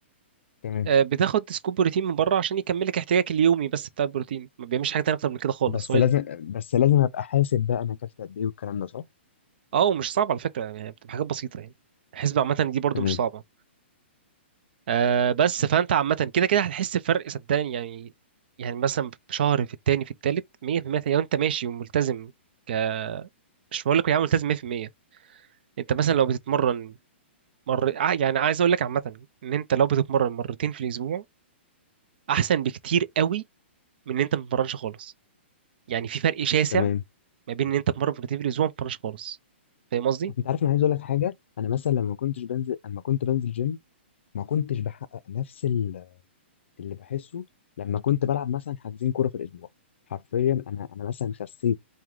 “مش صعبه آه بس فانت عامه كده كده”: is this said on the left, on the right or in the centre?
Right